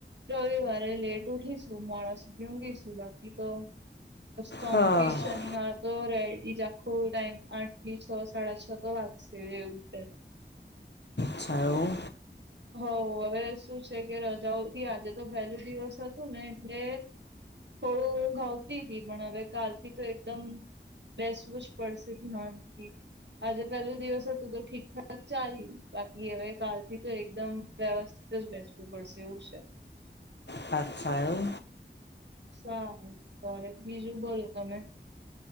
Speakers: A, on the right; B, on the left.
A: રવિવારે લેટ ઉઠીશું મોડા સુધી ઊંઘીશું બાકી તો સોમ
B: હા
A: થી શનિવાર તો રેડઈ જ આખો ટાઈમ આઠ થી છ સાડા છ તો વાગશે એમ છે.
B: છેઓ.
A: હઓ હવે શું છે કે રજાઓ થી આજે તો પહેલું દિવસ હતું ને એટલે થોડું ઊંઘ આવતી હતીતી પણ હવે કાલ થી તો એકદમ બેસવું જ પડશે ધ્યાનથી. આજે પેલું દિવસ હતું તો ઠીક ઠાક ચાલીયુ બાકી હવે કાલ થી, તો એકદમ વ્યવસ્થિત જ બેસવું પડશે એવું છે.
B: થાક ખાયો
A: સારું બ બીજું બોલો તમે?